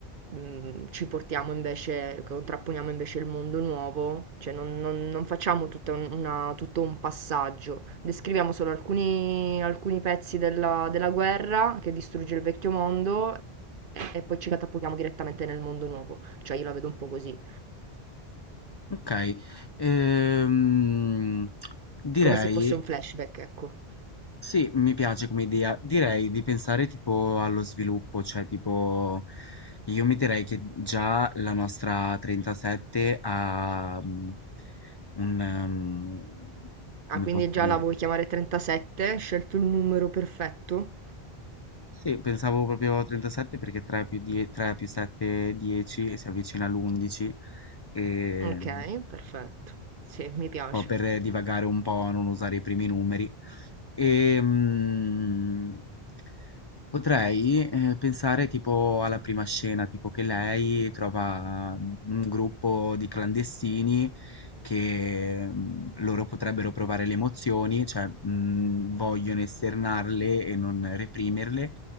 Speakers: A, on the right; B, on the left.
A: mm, ci portiamo invece, contrapponiamo invece il mondo nuovo, cioè non, non- non facciamo tutta un- una- tutto un passaggio, descriviamo solo alcuni, alcuni pezzi della, della guerra che distrugge il vecchio mondo e, e poi ci catapultiamo direttamente nel mondo nuovo, cioè io la vedo un po' così,
B: Okay, ehm, direi
A: come se fosse un flashback, ecco.
B: Sì, mi piace come idea. Direi di pensare tipo allo sviluppo, cioè tipo io mi direi che già la nostra 37 ha mm, un ehm, come
A: Ah, quindi
B: posso
A: già
B: dire?
A: la vuoi chiamare 37? Hai scelto il numero perfetto?
B: Sì, pensavo proprio a 37 perché 3 più, 10 3 più 7 è 10 e si avvicina all'11 e
A: Ok,
B: un
A: perfetto. Sì, mi piace.
B: po' per divagare un po', non usare i primi numeri. Ehm, potrei, ehm, pensare tipo alla prima scena, tipo che lei trova, mhmm, un gruppo di clandestini che, mhmm, loro potrebbero provare le emozioni, cioè, mhmm, vogliono esternarle e non reprimerle.